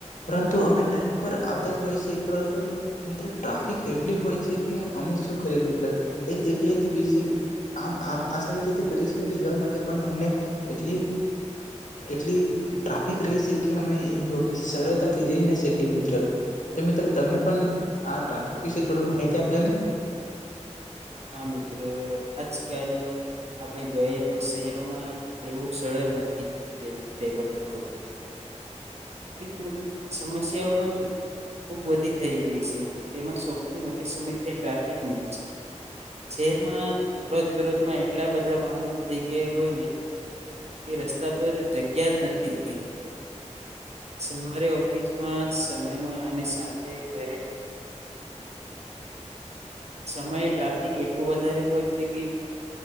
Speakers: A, on the left; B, on the right.
A: પરંતુ અ ટાઈમ પર આવતા જ હોય છે પરંતુ મ્રો ટ્રાફિક એટલી હોય છે કે અમે શું કરી મિત્ર એક જગ્યાથી બી આમ આ સાઈડ પેલી સાઈ જવા માટે પણ અમને એટલી એટલી ટ્રાફિક રહે છે કે <unintelligible> સરળતાથી જઈ ન શકીએ મિત્ર તો મિત્ર તમે પણ આ ટ્રાફિક વિશે થોડ માહિતી આપજો ને
B: હા મિત્ર આજ કલ આપણી જોઈએ તો શહેરોમાં રેહવું સરળ નથી તે લોકો <inaudible> સમસ્યાઓ પણ ખૂબ વધી થઈ ગઈ છે તેમાં સૌથી મોટી સમસ્યા ટ્રાફિકની શહેરમાં રોજ બરોજમાં‌ એટલા બધા વાહનો થઈ ગયા હોયને કે રસ્તા પર જગ્યા જ નથી સવારે ઓફિસમાં સમયમાં અને સાંજે ઘરે સમયે ટ્રાફિક એટલું વધારે હોય છે કે